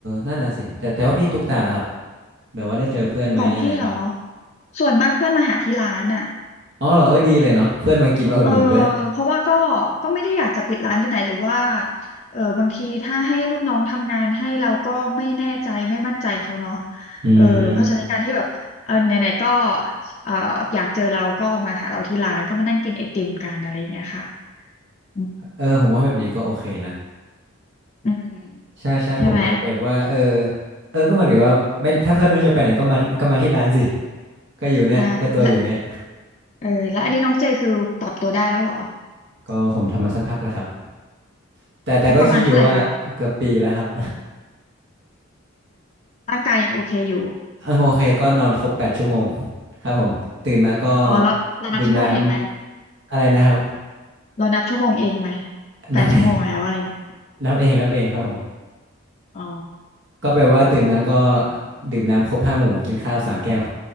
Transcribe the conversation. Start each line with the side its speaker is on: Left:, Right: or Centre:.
Right: นั่นน่ะสิแต่แต่ว่าพี่ตุ๊กตาล่ะครับแบบว่าได้เจอเพื่อนไหมอะไรไหม
Left: ของพี่เหรอส่วนมากเพื่อนมาหาที่ร้านอ่ะ
Right: อ๋อเหรอเออดีเลยเนาะเพื่อนมากินมาอุดหนุนด้วย
Left: เออเพราะว่าก็ก็ไม่ได้อยากจะปิดร้านไปไหนหรือว่าเออบางทีถ้าให้ลูกน้องทำงานให้เราก็ไม่แน่ใจไม่มั่นใจเขาเนาะ
Right: อืม
Left: เออเพราะฉะนั้นการที่แบบเออไหนๆก็เอออยากเจอเราก็มาหาเราที่ร้านก็มานั่งกินไอติมกันอะไรอย่างเงี้ยค่ะอืม
Right: เออผมว่าแบบนี้ก็โอเคนะ
Left: อืม
Right: ใช่ใช่ผมว่าแบบว่าเออ
Left: ใช่ไหม
Right: เออก็เหมือนกับว่าไม่ถ้าเพื่อนไม่รู้จะไปไหนก็มาก็มาที่ร้านสิก็อยู่เนี่ยก็ตัวอยู่เนี่ย
Left: ใช่และ เออแล้วอันนี้น้องเจคือปรับตัวได้แล้วเหรอ
Right: ก็ผมทำมาสักพักแล้วครับแต่แต่ก็คิดอยู่ว่าเกือบปีแล้วครับ
Left: อ๋อประมาณเท่าไหร่คะ ร่างกายยังโอเคอยู่
Right: อังโอเคก็นอนครบแปดชั่วโมงครับผมตื่นมาก็
Left: อ๋อแล้วเรานับชั่วโมงเองไหม
Right: ดื่มน้ำอะไรนะครับ
Left: เรานับชั่วโมงเองไหมแปดชั่วโมงแล้วอะไรเงี้ย
Right: นับ <laughs> น้ำเองน้ำเองครับผม
Left: อ๋อ
Right: ก็แปลว่าตื่นมาก็ดื่มน้ำครบห้าหมู่กินข้าวสามแก้ว